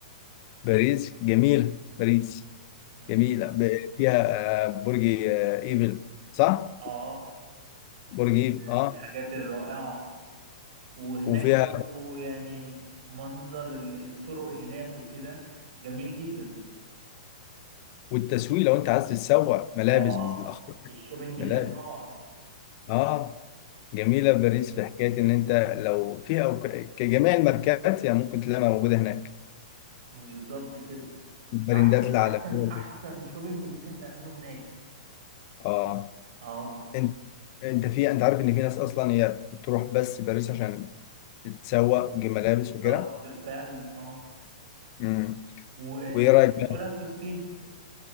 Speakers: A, on the left (about 40°); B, on the right (about 65°).
A: وباريس جميلة باريس
B: مم.
A: جميلة ب- فيها آه، برج آه، ايفل صح؟
B: آه
A: برج
B: من
A: ايفل اه
B: الحاجات الرائعة وهناك
A: وفيها
B: برضو يعني منظر ال- الطرق هناك وكده جميل جدا
A: والتسويق لو انت عايز تتسوق ملابس
B: اه
A: بالاخر
B: الشوبينج
A: ملابس
B: هناك روعة
A: اه جميلة باريس في حكاية ان انت لو فيها أو ك- كجميع الماركات يعني ممكن تلاقيها موجودة هناك
B: بالظبط كده
A: البراندات
B: احسن
A: العالمية
B: احسن احسن شوبينج ممكن تعمله هناك
A: اه
B: اه
A: انت انت في انت عارف ان في ناس اصلا هي بتروح بس باريس عشان تتسوق ملابس
B: بالظبط
A: وكده
B: فعلا اه
A: امم
B: وايه
A: وايه رايك بقى
B: رايك في الصين